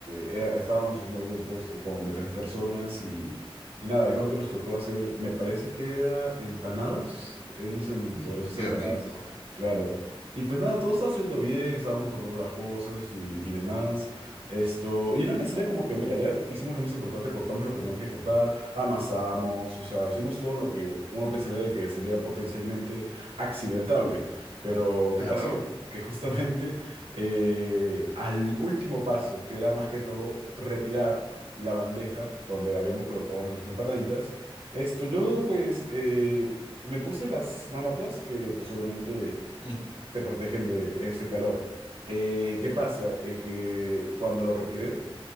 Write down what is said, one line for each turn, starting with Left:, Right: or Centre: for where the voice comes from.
Right: eh, estábamos haciendo grupos con de tres personas y, y nada, creo que nos tocó hacer, me parece que era empanadas, eran unas em-
Left: mm,
Right: poderosas
Left: qué
Right: empanadas,
Left: rico.
Right: claro. Y pues nada, todo estaba saliendo bien, estábamos acordando las cosas y, y demás. Esto, y no pensaría como que, mira, ya hicimos lo más importante, cortamos lo que teníamos que cortar, amasamos, o sea, hicimos todo lo que uno pensaría de que sería potencialmente accidentable. Pero,
Left: Claro,
Right: ¿qué pasó? que justamente eh, al último paso, que era más que todo retirar la bandeja donde habíamos colocado nuestras empanaditas. Esto yo pues eh, me puse las manoplas que pues obviamente
Left: mm,
Right: te protegen de ese calor. Eh, ¿qué pasa? Eh, que cuando lo retiré,